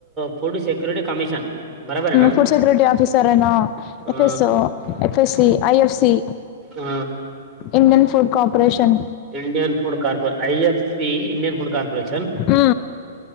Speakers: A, on the right; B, on the left.
A: ఫుడ్ సెక్యూరిటీ కమిషన్. బరాబరేనా
B: ఫుడ్ సెక్యూరిటీ ఆఫీసరెనా
A: ఆ
B: ఎఫ్ఎస్ఓ, ఎఫ్ఎస్సీ, ఐఎఫ్సీ.
A: ఆ
B: Indian food corporation.
A: Indian food కార్పో, I F C, Indian food corporation
B: ఊ.